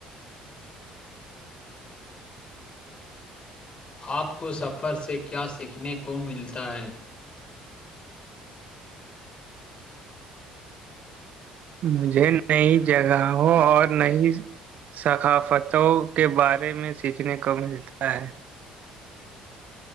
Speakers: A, on the left (about 40°); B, on the right (about 55°).
A: آپ کو سفر سے کیا سیکھنے کو ملتا ہے
B: مجھے نہیں جگہ ہو اور نہیں ثقافتوں کے بارے میں سیکھنے کو ملتا ہے